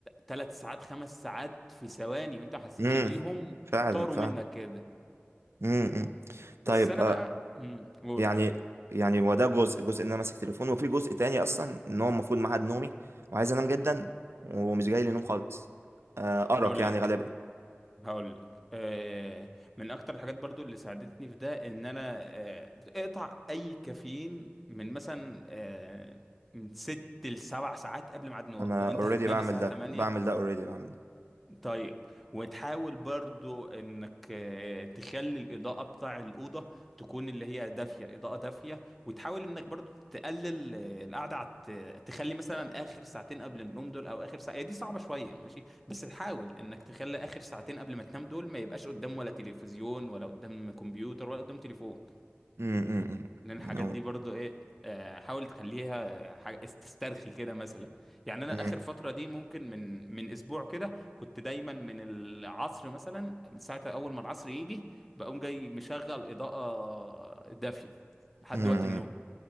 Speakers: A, in the centre; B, on the right.
A: ثلاث ساعات خمس ساعات في ثواني وانت ما حسيتش
B: امم.
A: بيهم
B: فعلا
A: طاروا
B: فعلا
A: منك كده
B: امم امم.
A: بس
B: طيب
A: انا
B: آه،
A: بقى مم، قول
B: يعني يعني هو ده جزء جزء ان انا ماسك تليفون وفي جزء تاني اصلا ان هو المفروض ميعاد نومي وعايز انام جدا ومش جاي لي نوم خالص آه،
A: هقول
B: ارق يعني
A: لك
B: غالبا
A: هقول لك آه من اكتر الحاجات برضو اللي ساعدتني في ده ان انا آه اقطع اي كافيين من مثلا آه من ست لسبع ساعات قبل ميعاد نوم
B: انا
A: لو انت
B: اوريدي
A: هتنام
B: بعمل
A: الساعه
B: ده
A: 8
B: بعمل ده اوريدي بعمل ده
A: طيب وتحاول برضو انك آه، تخلي الاضاءة بتاع الأوضة تكون اللي هي دافية إضاءة دافية وتحاول انك برضو تقلل آه، القعدة على الت- تخلي مثلا آخر ساعتين قبل النوم دول او آخر ساعة هي دي صعبة شوية ماشي بس تحاول انك تخلي آخر ساعتين قبل ما تنام دول ما يبقاش قدام ولا تلفزيون ولا قدام كمبيوتر ولا قدام تليفون
B: امم امم
A: لان الحاجات
B: أمم.
A: دي برضو ايه آه، حاول تخليها آه، حاجة استرخي كده مثلا يعني انا
B: أمم،
A: اخر فتره دي ممكن من من اسبوع كده كنت دايما من العصر مثلا من ساعه اول ما العصر يجي بقوم جاي مشغل اضاءه دافيه لحد
B: أمم،
A: وقت النوم